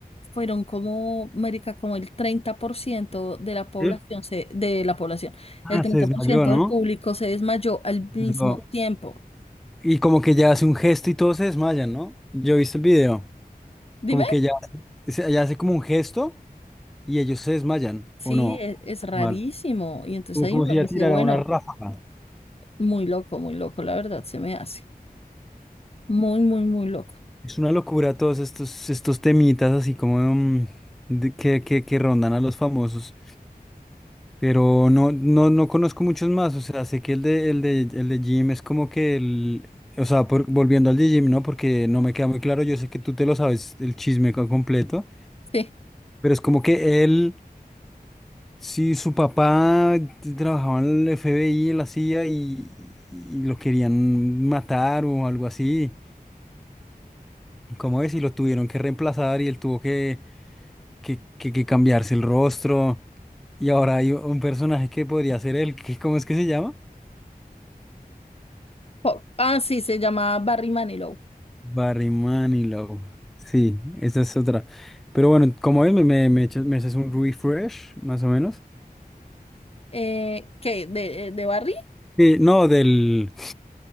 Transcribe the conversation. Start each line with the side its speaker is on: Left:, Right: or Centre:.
Left: fueron como, marica, como el 30% de la población,
Centre: ¿Eh?
Left: se, de la población,
Centre: Ah,
Left: el treinta
Centre: se desmayó,
Left: por ciento
Centre: ¿no?
Left: del público se desmayó al mismo
Centre: Yo-
Left: tiempo.
Centre: y como que ya hace un gesto y todos se desmayan, ¿no? Yo he visto el video,
Left: Dime.
Centre: como que ya, hace- ya hace como un gesto. y ellos se desmayan,
Left: Sí,
Centre: ¿o no?
Left: e- es, rarísimo.
Centre: Mal.
Left: Y entonces
Centre: Como,
Left: ahí
Centre: como
Left: uno
Centre: si
Left: dice,
Centre: ya tirara
Left: bueno,
Centre: una ráfaga.
Left: muy loco, muy loco, la verdad, se me hace. Muy, muy, muy loco.
Centre: Es una locura todos estos, estos temitas así como mm, de- que, que, que rondan a los famosos. Pero no, no, no conozco muchos más. O sea, sé que el de, el de, el de Jim es como que el. O sea, por- volviendo al de Jim, ¿no? Porque no me queda muy claro. Yo sé que tú te lo sabes el chisme co- completo.
Left: Sí.
Centre: Pero es como que él. Sí, su papá t- trabajaba en el FBI, en la CIA, y, y los querían matar o algo así. ¿Cómo es? Y lo tuvieron que reemplazar y él tuvo que, que, que- que cambiarse el rostro. Y ahora hay un personaje que podría ser él, que, ¿cómo es que se llama?
Left: Po- Ah, sí, se llama Barry Manilow.
Centre: Barry Manilow. Sí, esa es otra. Pero bueno, como es? Me, me, me echas- me haces un refresh, más o menos.
Left: Eh, ¿qué? ¿De, de Barry?
Centre: Sí, no, del,